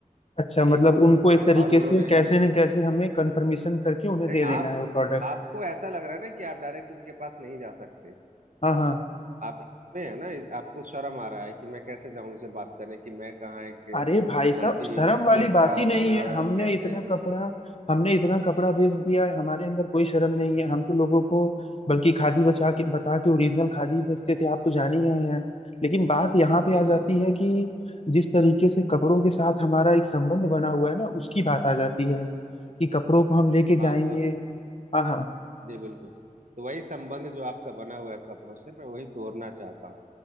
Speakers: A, on the left; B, on the right.
A: अच्छा
B: ठीक
A: मतलब उनको एक तरीके
B: और उन्होंने
A: से कैसे न कैसे हमें कंफर्मेशन करके उन्हें
B: नहीं
A: दे देना
B: आप
A: है वो प्रोडक्ट
B: आपको ऐसा लग रहा है ना कि आप डायरेक्ट उनके पास नहीं जा सकते
A: हाँ हाँ
B: आप इसमें है ना इस- आपको शर्म आ रहा है कि मैं कैसे जाऊं उनसे बात करने कि मैं कहाँ एक
A: अरे भाई साहब
B: मल्टीप्लेक्स
A: शर्म वाली बात
B: का
A: ही नहीं
B: ओनर
A: है हमने
B: और कैसे
A: इतना कपड़ा हमने इतना कपड़ा बेच दिया है हमारे अंदर कोई शर्म नहीं है हम तो लोगों को बल्कि खादी बचा के बता के ओरिजिनल खादी बेचते थे आप तो जान ही रहे हैं लेकिन बात यहाँ पे
B: जी
A: आ
B: जी
A: जाती
B: जी
A: है कि जिस तरीके से कपड़ों के साथ हमारा एक संबंध बना हुआ है ना उसकी बात आ जाती है कि कपड़ों को हम लेके
B: हाँ
A: जाएंगे
B: तो
A: हाँ हाँ
B: जी बिल्कुल तो वही संबंध जो आपका बना हुआ है कपड़ों से मैं वही तोड़ना चाहता हूँ